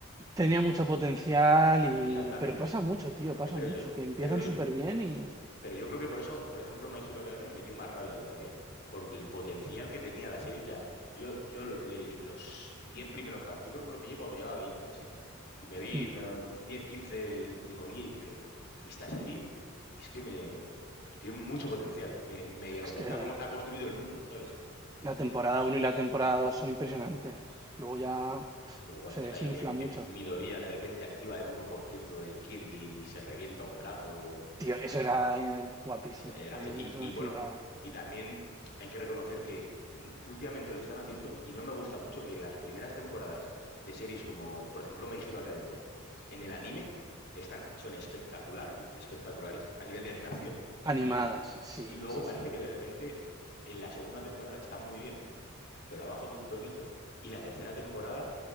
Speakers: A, on the right; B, on the left.
A: tenía mucho potencial y...
B: Exactamente.
A: Pero pasa mucho, tío, pasa
B: Eh, Pero,
A: mucho,
B: eso-
A: que empiezan
B: pero yo
A: súper bien y...
B: Pero yo creo que por eso, por ejemplo, My Hero Academia me dio más rabia todavía. Porque el potencial que tenía la serie, o sea, yo, yo lo- le- los 10 primeros cap- yo creo que lo pillé cuando llevaba 20 o así. Y me vi
A: hmm,
B: me lo- 10, 15 el mismo día y dije, esta serie es que me tiene mucho potencial. Me, me
A: Es
B: gusta
A: que
B: cómo está construido el mundo, ¿sabes?
A: la temporada uno y la temporada 2 son impresionantes. Luego ya pf,
B: Hombre, cuando
A: se
B: está
A: desinfla
B: ahí mi, mi
A: mucho.
B: Midoriya de repente activa el uno por ciento del Kirby y se revienta un brazo,
A: Tío, eso era eh, guapísimo,
B: Sí, era
A: a
B: ge-
A: mí
B: y,
A: eso
B: y
A: me
B: bueno,
A: flipaba.
B: y también hay que reconocer que mm, últimamente lo están haciendo y no me gusta mucho que las primeras temporadas de series como, por ejemplo, My Hero Academia, en el anime, están, son espectacular, espectaculares a nivel de animación
A: Animadas,
B: y,
A: sí,
B: y luego
A: sí,
B: parece
A: sí.
B: que de repente en la segunda temporada están muy bien, pero ha bajado un tonito y la tercera temporada,